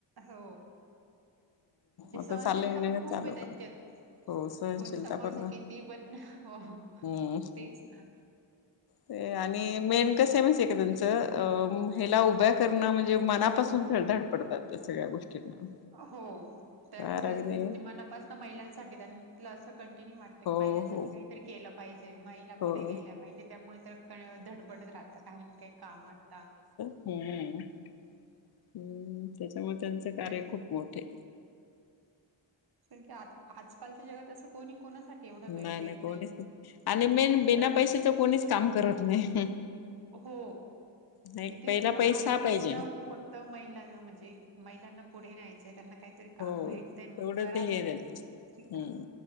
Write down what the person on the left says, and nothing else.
आता
चाललंय नाही
चालू
कर हो सहनशीलता
पण
हम्म
ते आणि, मेन कसं कस आहे माहित आहे का त्यांच, महिला उभ्या करण म्हणजे मनापासून <inaudible> सगळ्या गोष्टींना
तर
अगदी
हो
हो
हो
हम्म-हम्म, त्याच्यामुळे त्यांचं कार्य
खूप मोठे.
नाही-नाही
कोणीच नाही, आणि मेन बिना
पैशाच कोणीच काम करत नाही.
नाही
पहिला
पैसा
पाहिजे
हो
तेवढं
ते हे
द्यायचं असतं
हम्म